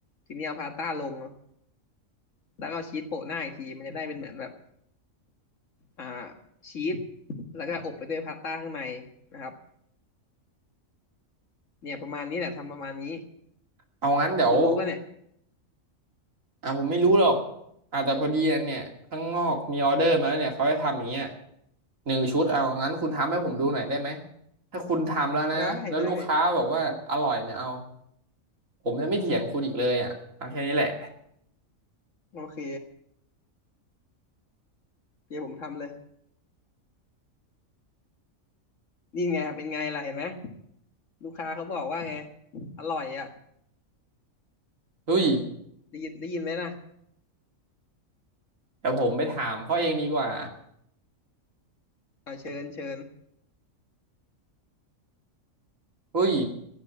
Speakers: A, on the left; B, on the right.
A: ทีนี้เอาพาสต้าลงแล้วก็เอาชีสโปะหน้าอีกทีมันจะได้เป็นเหมือนแบบอ่าชีสแล้วก็อบไปด้วยพาสต้าข้างในนะครับเนี่ยประมาณนี้แหละทำประมาณนี้
B: เอางั้นเดี๋ยว
A: คุณรู้ป่ะเนี่ย
B: อ่ะผมไม่รู้หรอกอ่ะแต่พอดีอันเนี่ยข้างนอกมีออเดอร์มาแล้วเนี่ยเขาจะทำอย่างเงี้ยหนึ่งชุดเอางั้นคุณทำให้ผมดูหน่อยได้ไหมถ้าคุณทำแล้วนะแล้วลูกค้าบอกว่าอร่อยเนี่ยเอา
A: ได้ได้
B: ผมจะไม่เถียงคุณอีกเลยอ่ะเอาแค่นี้แหละ
A: โอเคเดี๋ยวผมทำเลยนี่ไงเป็นไงล่ะเห็นไหมลูกค้าเขาบอกว่าไงอร่อยอ่ะ
B: อุ้ย
A: ได้ยินได้ยินไหมนะ
B: แต่ผมไปถามเขาเองดีกว่า
A: อ่าเชิญเชิญ
B: อุ้ย